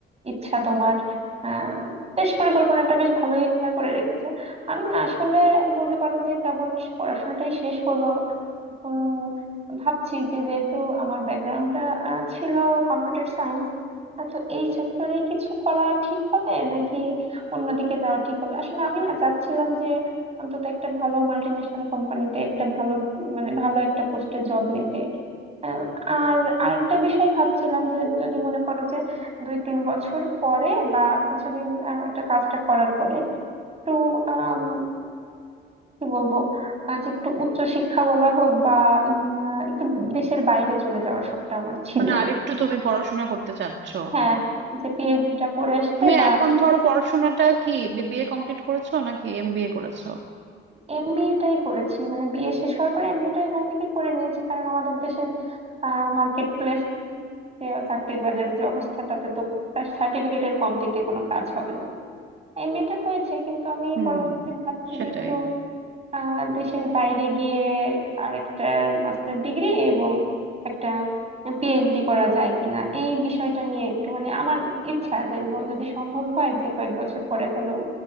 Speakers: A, on the right (about 30°); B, on the right (about 65°).
A: ইচ্ছা তোমার আহ বেশ পরিকল্পনাটা বেশ ভালোই আহ, করে রেখেছো আমি না আসলে বলতে পারো যে কেবল পড়াশোনাটাই শেষ হলো এখন ভাবছি যে যেহেতু আমার ব্যাকগ্রাউন্ডটা ছিল কম্পিউটার সায়েন্স তো এই সেক্টরেই কিছু করা ঠিক হবে নাকি অন্যদিকে যাওয়া ঠিক হবে আসলে আমি না চাচ্ছিলাম অন্তত একটা ভালো মাল্টি ন্যাশনাল কোম্পানিতে একটা ভালো মানে ভালো একটা পোস্টে জব নিতে আহ, আর আরেকটা বিষয় ভাবছিলাম যে যদি মনে করো যে দুই তিন বছর পরে বা কিছুদিন আহ, একটা কাজটা করার পরে একটু আম, কি বলবো আহ, যে একটু উচ্চ শিক্ষা বলা হোক বা উম, আহ, একটু দেশের বাইরে চলে যাওয়ার শখটা আমার ছিল
B: মানে আরেকটু তুমি পড়াশোনা করতে চাচ্ছ
A: হ্যাঁ যে পিএইচডিটা করে আসতে
B: তুমি
A: বা
B: এখন ধরো পড়াশোনাটা কি বিবিএ কমপ্লিট করেছো নাকি এমবিএ করেছো
A: এমবিএ টাই করেছি মানে বিএ শেষ হওয়ার পরে এমবিএ টা এখান থেকে করে নিয়েছি কারণ আমাদের দেশের মার্কেট প্লেস যে চাকরির বাজারে যে অবস্থা তাতে তো তার সার্টিফিকেটের কমতিতে কোনো কাজ হবে না এমবিএ টা হয়েছে কিন্তু আমি
B: হুম
A: পরবর্তীতে ভাবছি
B: সেটাই
A: যে একটু আহ, দেশের বাইরে গিয়ে আর একটা মাস্টার ডিগ্রি এবং একটা পিএইচডি করা যায় কিনা এই বিষয়টা নিয়ে একটু মানে আমার ইচ্ছা যে ব- যদি সম্ভব হয় যে কয়েক বছর পরে হলেও